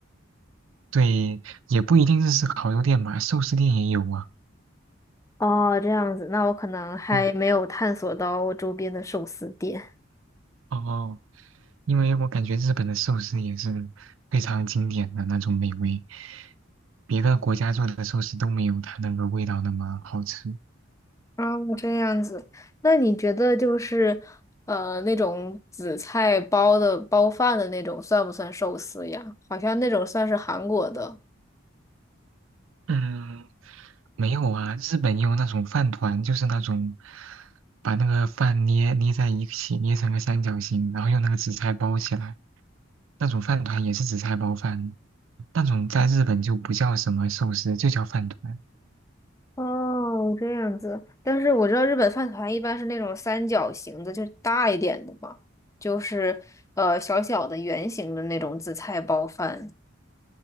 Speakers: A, on the right (about 80°); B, on the left (about 15°).
A: 对，也不一定是是烤肉店吧，寿司店也有啊。
B: 哦，这样子，那我可能还没有探索到我周边的寿司店。
A: 对啊哦，因为我感觉日本的寿司也是非常经典的那种美味，别的国家做的寿司都没有它那个味道那么好吃。
B: 哦，这样子，那你觉得就是呃那种紫菜包的包饭的那种算不算寿司呀？好像那种算是韩国的。
A: 嗯，没有啊，日本也有那种饭团，就是那种把那个饭捏捏在一起，捏成个三角形，然后用那个紫菜包起来，那种饭团也是紫菜包饭，那种在日本就不叫什么寿司，就叫饭团，
B: 哦，这样子。但是我知道日本饭团一般是那种三角形的，就是大一点的嘛，就是呃小小的圆形的那种紫菜包饭。